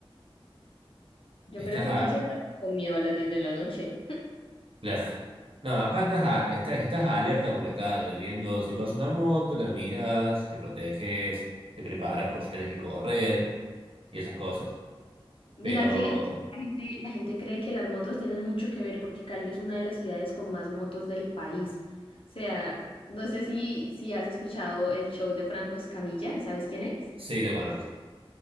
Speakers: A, on the left; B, on the right.
A: Yo
B: Estás
A: creo que aquí
B: a...
A: sí andamos con miedo a las 10 de la noche.
B: Claro. No, acá andas a... estás, estás alerta por la calle, viendo si pasa una moto, la miras, te proteges, te preparas por si tenés que correr y esas cosas.
A: Mira
B: Pero
A: que aquí la gente, la gente cree que las motos tienen mucho que ver porque Cali es una de las ciudades con más motos del país. O sea, no sé si, si has escuchado el show de Franco Escamilla, ¿sabes quién es?
B: sí, lo conozco.